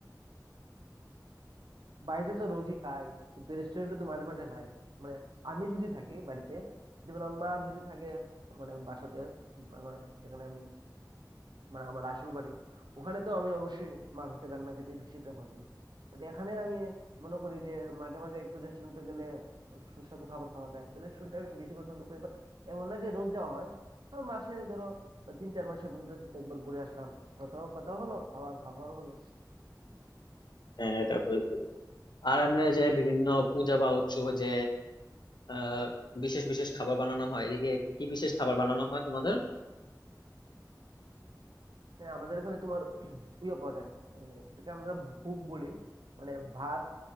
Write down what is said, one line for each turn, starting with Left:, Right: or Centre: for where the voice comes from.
Right: বাইরে তো রোজই খাই কিন্তু রেস্টুরেন্টে তো মাঝে মাঝে খাই মানে আমি যদি থাকি বাড়িতে যেমন আমার মা যদি থাকে মানে বাসাতে আমার যেখানে আমি মানে আমার আসল বাড়ি ওখানে তো আমি অবশ্যই মার হাতে রান্না খেতে বেশি প্রেফার করি বাট এখানে আমি মনে করি যে মাঝে মাঝে একটু রেস্টুরেন্টে গেলে একটু সুস্বাদু খাবার খাওয়া যায় তো রেস্টুরেন্টে আমি বেশি পছন্দ করি বাট এমন না যে রোজ যাওয়া হয় হ্যাঁ, মাসে ধরো বা তিন চার মাসে বন্ধুদের সাথে একবার ঘুরে আসলাম কথাও কথা হলো খাওয়া খাওয়াও হলো
Left: হ্যাঁ, এটা খুবই ভালো। আর এমনি যে বিভিন্ন পূজা বা উৎসবে যে আহ বিশেষ বিশেষ খাবার বানানো হয় এদিকে কি কি বিশেষ খাবার বানানো হয় তোমাদের
Right: হ্যাঁ আমাদের এখানে তোমার ইয়ে পাওয়া যায় আহ, এটাকে আমরা ভুগ বলি মানে ভাত